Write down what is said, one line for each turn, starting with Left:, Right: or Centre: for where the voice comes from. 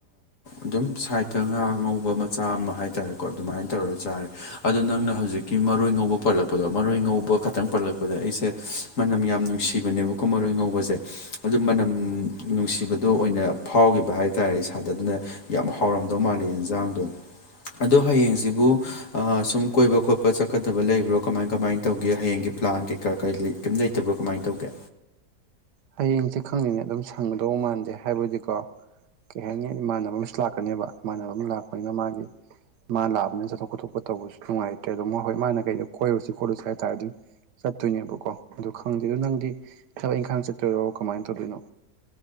Left: ꯑꯗꯨꯝ ꯁꯥꯏꯠꯇ ꯉꯥ ꯉꯧꯕ ꯃꯆꯥ ꯑꯃ ꯍꯥꯏꯇꯥꯥꯔꯦꯀꯣ ꯑꯗꯨꯃꯥꯏꯅ ꯇꯧꯔ ꯌꯥꯥꯔꯦ ꯑꯗꯣ ꯅꯪꯅ ꯍꯧꯖꯤꯛꯀꯤ ꯃꯔꯣꯏ ꯉꯧꯕ ꯄꯜꯂꯛꯄꯗꯣ ꯃꯔꯣꯏ ꯉꯧꯕ ꯈꯛꯇꯪ ꯄꯜꯂꯛꯄꯗ ꯑꯩꯁꯦ ꯃꯅꯝ ꯌꯥꯝ ꯅꯨꯡꯁꯤꯕꯅꯦꯕꯀꯣ ꯃꯔꯣꯏ ꯉꯧꯕꯁꯦ ꯑꯗꯨ ꯃꯅꯝ ꯅꯨꯡꯁꯤꯕꯗꯣ ꯑꯣꯏꯅ ꯐꯥꯎꯈꯤꯕ ꯍꯥꯏꯇꯥꯥꯔꯦ ꯏꯁꯥꯗ ꯑꯗꯨꯅ ꯌꯥꯝ ꯍꯥꯎꯔꯝꯗꯧ ꯃꯥꯜꯂꯤ ꯌꯦꯟꯖꯥꯡꯗꯣ ꯑꯗꯣ ꯍꯌꯦꯡꯁꯤꯕꯨ ꯁꯨꯝ ꯀꯣꯏꯕ ꯈꯣꯠꯄ ꯆꯠꯀꯗꯕ ꯂꯩꯕ꯭ꯔꯣ ꯀꯃꯥꯏ ꯀꯃꯥꯏꯅ ꯇꯧꯒꯦ ꯍꯌꯦꯡꯒꯤ ꯄ꯭ꯂꯥꯟ ꯀꯩꯀꯥ ꯀꯔꯤ ꯀꯔꯤꯝ ꯂꯩꯇꯕ꯭ꯔꯣ ꯀꯃꯥꯏꯅ ꯇꯧꯒꯦ
Right: ꯍꯌꯦꯡꯁꯦ ꯈꯪꯅꯤꯡꯅꯦ ꯑꯗꯨꯝ ꯁꯪꯒꯗꯧꯕ ꯃꯥꯟꯁꯦ ꯍꯥꯏꯕꯗꯤꯀꯣ ꯀꯩ ꯍꯥꯏꯅꯤ ꯏꯃꯥꯟꯅꯕ ꯑꯃꯁꯨ ꯂꯥꯛꯀꯅꯦꯕ ꯏꯃꯥꯟꯅꯕ ꯑꯃ ꯂꯥꯛꯄꯅꯤꯅ ꯃꯥꯒꯤ ꯃꯥ ꯂꯥꯛꯕꯅꯤ ꯆꯠꯊꯣꯛ ꯈꯣꯇꯄ ꯇꯧꯕꯁꯨ ꯅꯨꯡꯉꯥꯏꯇ꯭ꯔꯦ ꯑꯗꯣ ꯍꯣꯏ ꯃꯥ ꯀꯩꯣ ꯀꯣꯏꯔꯨꯁꯤ ꯈꯣꯠꯂꯨꯁꯤ ꯍꯥꯏ ꯇꯥꯔꯗꯤ ꯆꯠꯇꯣꯏꯅꯦꯕꯀꯣ ꯑꯗꯨꯣ ꯈꯪꯗꯦꯗꯣ ꯅꯪꯗꯤ ꯊꯕꯛ ꯏꯪꯈꯥꯡ ꯆꯠꯇꯣꯏꯔꯣ ꯀꯃꯥꯏꯅ ꯇꯧꯗꯣꯏꯅꯣ